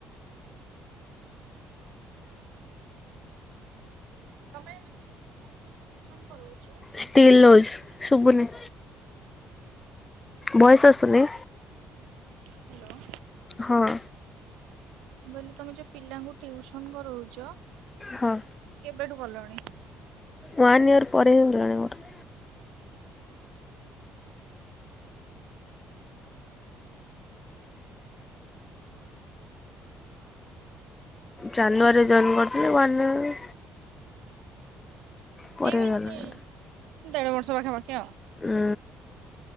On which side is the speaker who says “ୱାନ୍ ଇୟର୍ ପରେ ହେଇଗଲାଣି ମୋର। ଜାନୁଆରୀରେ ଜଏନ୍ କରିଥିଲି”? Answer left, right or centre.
Left